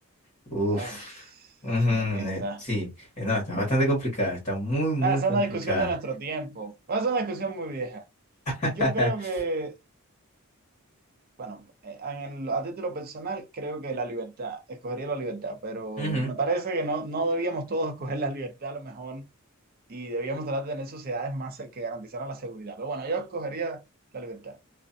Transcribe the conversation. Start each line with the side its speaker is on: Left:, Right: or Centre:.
Left: Uf.
Right: Ah,
Left: ujú,
Right: eso también está.
Left: eh, sí, Eh, no, está bastante complicada, está muy, muy
Right: Nada, esa
Left: complicada.
Right: es una discusión de nuestro tiempo. Esa es una discusión muy vieja.
Left: <laughs>
Right: Yo creo que Bueno, eh, en el- a título personal creo que la libertad, escogería la libertad, pero
Left: Ujú.
Right: me parece que no, no debíamos todos <laughs> escoger la libertad a lo mejor y debíamos tratar de tener sociedades más se- que garantizaran la seguridad. Pero bueno, yo escogería la libertad